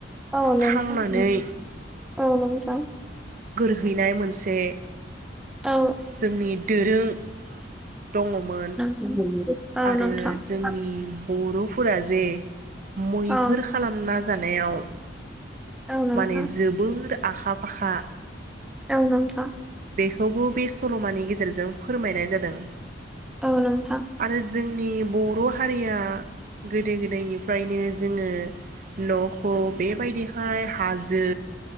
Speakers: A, in the centre; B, on the right.
A: औ नोंथां
B: थांनानै
A: <unintelligible> औ नोंथां।
B: हैनाय मोनसे
A: औ
B: जोंनि दोरों <inaudible> दङमोन।
A: <inaudible>
B: आरो
A: नोंथां
B: जोंनि
A: औ नोंथां
B: बर' फुरा जे मैहोर
A: औ
B: खालामना जानायाव
A: औ नोंथां
B: माने जोबोर आखा फाखा।
A: औ नोंथां।
B: खौबो बे सल'मानि गेजेरजों फोरमायनाय जादों।
A: औ नोंथां।
B: आरो जोंनि बर' हारिया गोदो गोदायनिफ्रायनो जोङो नख' बेबायदिहाय हाज जो